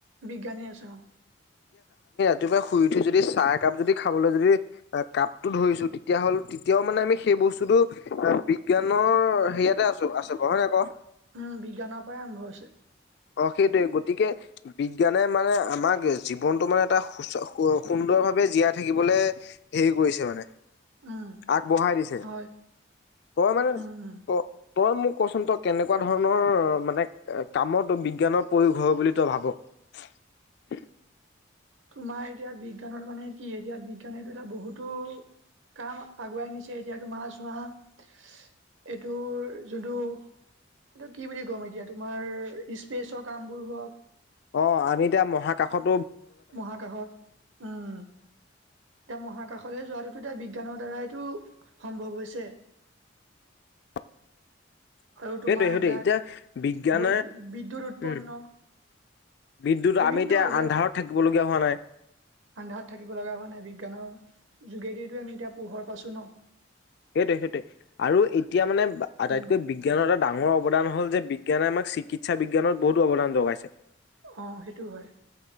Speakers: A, on the right; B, on the left.
A: বিজ্ঞানে আছে অ।
B: ৰাতিপোৱা শুই উঠি যদি চাহ একাপ যদি খাবলৈ যদি কাপটো ধৰিছো, তেতিয়া হ'ল তেতিয়াও মানে আমি সেই বস্তুটো বিজ্ঞানৰ সেয়াতে আছো আছে ব হয় নাই ক?
A: উম বিজ্ঞানৰ পৰাই আৰম্ভ হৈছে।
B: অ সেইটোৱে গতিকে বিজ্ঞানে মানে আমাক জীৱনটো মানে এটা সুচ সুন্দৰ ভাৱে জীয়াই থাকিবলৈ হেৰি কৰিছে মানে,
A: উম
B: আগবঢ়াই দিছে।
A: হয়
B: তই মানে
A: উম উম
B: ত তই মোক কচোন তই কেনেকুৱা ধৰণৰ মানে কামত বিজ্ঞানৰ প্ৰয়োগ হয় বুলি তই ভাব?
A: তোমাৰ এতিয়া বিজ্ঞানৰ মানে কি এতিয়া বিজ্ঞানটো এটা বহুতো কাম আগুৱাই নিছে। এতিয়াতো চোৱা এইটো যোনটো এইটো কি বুলি ক'ম এতিয়া তোমাৰ স্পেচৰ কামবোৰ হওঁক
B: অ আমি এতিয়া মহাকাশত
A: মহাকাশত, উম। এতিয়া মহাকাশলৈ যোৱাটোতো এতিয়া বিজ্ঞানৰ দ্বাৰাইটো সম্ভৱ হৈছে।
B: <inaudible>
A: আৰু তোমাৰ
B: সেইটো সেইটোৱেই।
A: এইবিলাক
B: এতিয়া বিজ্ঞানে
A: বৈদ বিদ্যুৎ উৎপন্ন
B: উম। বিদ্যুত
A: বিভিন্ন
B: আমি এতিয়া
A: এইবিলাক
B: আন্ধাৰত থাকিবলগীয়া হোৱা নাই
A: আন্ধাৰত থাকিব লগা হোৱা নাই, বিজ্ঞানৰ যোগেদিতো আমি এতিয়া পোহৰ পাইছো ন।
B: সেইটোয়ে সেইটোৱে। আৰু এতিয়া মানে আটাইতকৈ
A: উম
B: বিজ্ঞানৰ এটা ডাঙৰ অৱদান হ'ল যে বি বিজ্ঞানে আমাক চিকিৎসা বিজ্ঞানত বহুত অৱদান যগাইছে।
A: অ সেইটো হয়